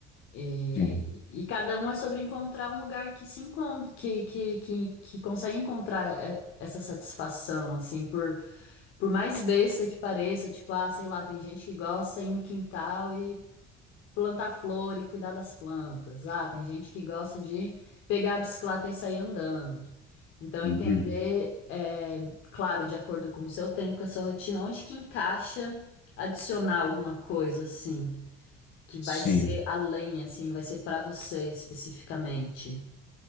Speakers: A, on the left; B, on the left.
A: E,
B: sim.
A: e cada um é sobre encontrar um lugar que se encontra, que, que, que, que consegue encontrar é, essa satisfação, assim, por, por mais besta que pareça, tipo, ah, sei lá, tem gente que gosta de ir no quintal e plantar flor e cuidar das plantas. Ah, tem gente que gosta de pegar a bicicleta e sair andando. Então,
B: Uhum.
A: entender, é, claro, de acordo com o seu tempo, com a sua rotina, onde que encaixa adicionar alguma coisa, assim que vai
B: Sim.
A: ser além, assim, vai ser pra você especificamente.